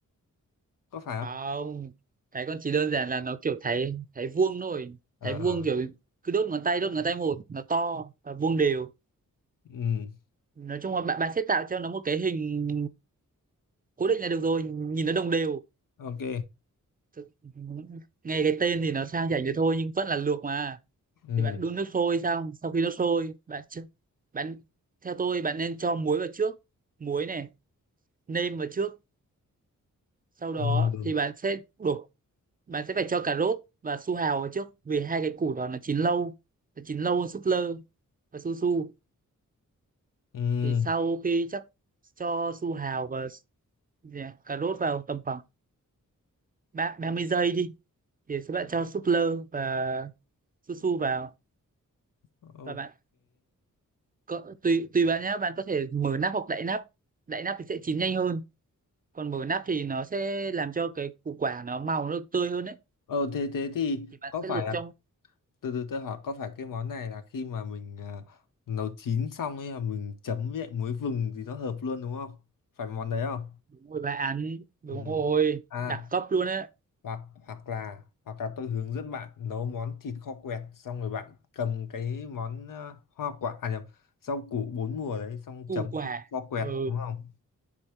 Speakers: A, on the left (about 80°); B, on the right (about 25°).
A: Có phải
B: không
A: không?
B: thấy con chỉ đơn giản là nó kiểu thấy thấy vuông thôi
A: Ờ,
B: thấy vuông
A: ờ.
B: kiểu cứ đốt ngón tay đốt ngón tay một nó to và vuông đều
A: ừ,
B: nói chung là bạn bạn sẽ tạo cho nó một cái hình cố định là được rồi nhìn nó đồng đều
A: ok,
B: Thực- nghe cái tên thì nó sang chảnh thế thôi nhưng vẫn là luộc mà
A: ừ,
B: thì bạn đun nước sôi xong sau khi nước sôi bạn ch- bạn theo tôi bạn nên cho muối vào trước muối này nêm vào trước sau
A: ừ,
B: đó thì bạn sẽ đổ bạn sẽ phải cho cà rốt và su hào vào trước vì hai cái củ đó nó chín lâu nó chín lâu hơn súp lơ và su su
A: ừ,
B: thì sau khi chắc cho su hào và dạ, cà rốt vào tầm khoảng ba 30 giây đi thì sẽ bạn cho súp lơ và su su vào
A: ok.
B: và bạn cỡ, tùy tùy bạn nhé bạn có thể mở nắp hoặc đậy nắp đậy nắp thì sẽ chín nhanh hơn còn mở nắp thì nó sẽ làm cho cái củ quả nó màu nó được tươi hơn đấy
A: Ờ, thế thế thì
B: thì bạn
A: có
B: sẽ
A: phải
B: luộc
A: là
B: trong
A: từ từ tôi hỏi có phải cái món này là khi mà mình à, nấu chín xong ấy là mình chấm với lại muối vừng thì nó hợp luôn đúng không? Phải món đấy không?
B: đúng rồi bà án đúng
A: Ừ.
B: rồi
A: À,
B: đẳng cấp luôn đấy
A: hoặc hoặc là hoặc là tôi hướng dẫn bạn nấu món thịt kho quẹt xong rồi bạn cầm cái món à, hoa quả à nhầm rau củ bốn mùa đấy xong
B: củ
A: chấm
B: quả
A: với kho quẹt
B: ừ
A: đúng không?